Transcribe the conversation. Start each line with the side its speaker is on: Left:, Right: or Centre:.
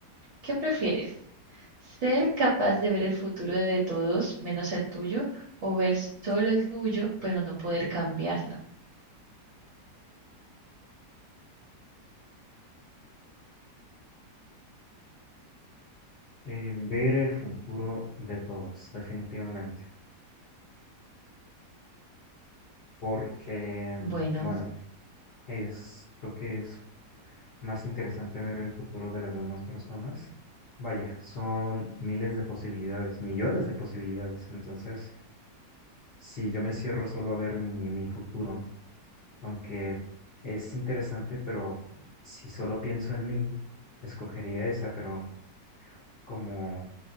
Right: ¿Qué prefieres? Ser capaz de ver el futuro de todos menos el tuyo o ver solo el tuyo, pero no poder cambiarlo.
Left: eh, ver el futuro de todos, definitivamente. Porque,
Right: Bueno,
Left: mm, bueno, Es, creo que es más interesante ver el futuro de las demás personas. Vaya, son miles de posibilidades, millones de posibilidades. Entonces, si yo me cierro solo a ver mi, mi futuro, aunque es interesante, pero si solo pienso en mí, escogería esa, pero como